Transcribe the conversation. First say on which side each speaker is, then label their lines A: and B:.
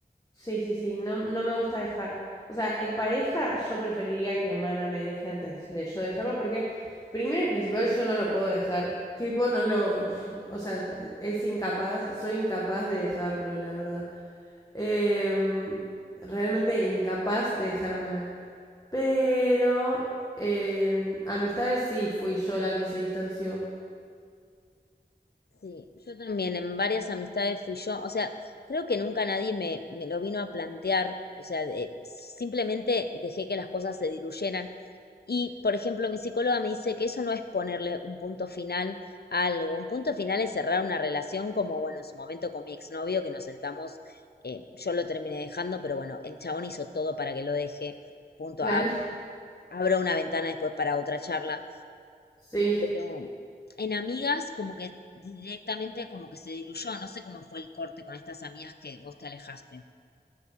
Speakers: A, on the left; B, on the left.
A: Sí, sí, sí, no, no me gusta dejar. O sea, en pareja yo preferiría que Mana me deje antes de yo dejarlo porque primero y principal yo no lo puedo dejar. Tipo, no lo... <laughs> O sea, es incapaz, soy incapaz de dejarlo, la verdad. Em, realmente incapaz de dejar a Mana. Pero en amistades sí fui yo la que se distanció.
B: Sí, yo también en varias amistades fui yo, o sea, creo que nunca nadie me, me lo vino a plantear, o sea, de- simplemente dejé que las cosas se diluyeran. Y, por ejemplo, mi psicóloga me dice que eso no es ponerle un punto final a algo, un punto final es cerrar una relación como, bueno, en su momento con mi exnovio, que nos sentamos, eh, yo lo terminé dejando, pero bueno, el chabón hizo todo para que lo deje, punto,
A: Claro,
B: ab- abro una ventana después para otra charla
A: <laughs> sí.
B: pero en amigas como que directamente como que se diluyó, no sé cómo fue el corte con estas amigas que vos te alejaste.